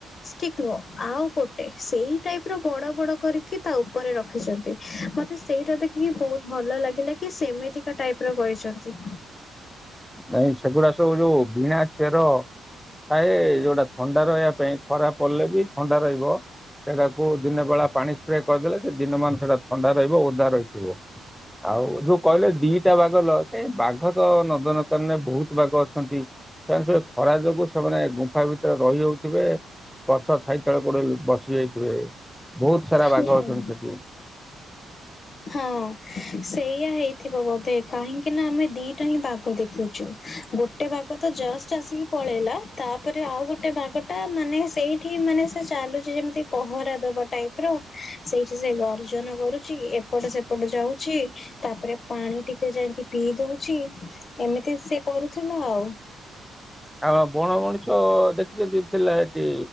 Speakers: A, on the left; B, in the centre.
A: ଠିକ୍ ନୁହଁ ଆଉ କ ସେଇ ଟାଇପ ର ବଡ ବଡ କରିକି, ତା ଉପରେ ରଖିଛନ୍ତି, ମତେ ସେଇଟା ଦେଖ ବହୁତ ଭଲ ଲାଗିଲା କି -ସେମିତିକା ଟାଇପ ର କରିଛନ୍ତି।
B: ନାଇଁ ସେଗୁଡ଼ା ସବୁ ଯୋଉ ଭିଣା ଚେର ଥାଏ, ଯୋଉଟା ଥଣ୍ଡା ରହିବା ପାଇଁ, ଖରାପ ପଡ଼ିଲେ ବି ଥଣ୍ଡା ରହିବ। ସେଇଟାକୁ ଦିନେ ବେଳା ପାଣି ସ୍ପ୍ରେ କରିଦେଲେ ଯେ ଦିନମାନ ସେଟା ଥଣ୍ଡା ରହିବ, ଓଦା ରହିଥିବ। ଆଉ ଯୋଉ କହିଲେ ଦିଟା ବାଘ ଲ ବାଘ ତ ନଦନ <unintelligible> ବହୁତ ବାଘ ଅଛନ୍ତି, ସେ ଖରା ଯୋଗୁ ସେମାନେ ଗୁମ୍ଫା ଭିତରେ ରହିଯାଉଥିବେ? ଗଛ ଛାଇ ତଳେ କୋଉଠେ ବସି ଯାଇଥିବେ, ବହୁତ ସାରା
A: ହୁଁ
B: ବାଘ ଅଛନ୍ତି ସେଠି।
A: ହଁ ସେଇୟଆ ହେଇଥିବ ବୋଧେ, କାହିଁକି ନା ଆମେ ଦିଟା ହିଁ ବାଘ ଦେଖୁଛୁ, ଗୋ ଗୋଟେ ବାଘ ତ ଜଷ୍ଟ ଆସିକି ପଳେଇଲା, ତାପରେ ଆଉ ଗୋଟେ ବାଘ ଟା ମାନେ ସେଇ ସେଠି ମାନେ ସେ ଚାଲୁଛି ଯେମିତି ପହରା ଦବା ଟାଇପ ର, ସେଇଠି ସେ ଗର୍ଜନ କରୁଛି। ଏପଟ ସେପଟ ଯାଉଛି, ତାପରେ ପାଣି ଟିକେ ଯାଇକି ପିଇ ଦଉଛି। ଏମିତି ସେ କରୁଥିଲା ଆଉ।
B: ହଁ, ବଣ ମଣିଷ ଦେଖିଛନ୍ତି ଥିଲା ଏଠି,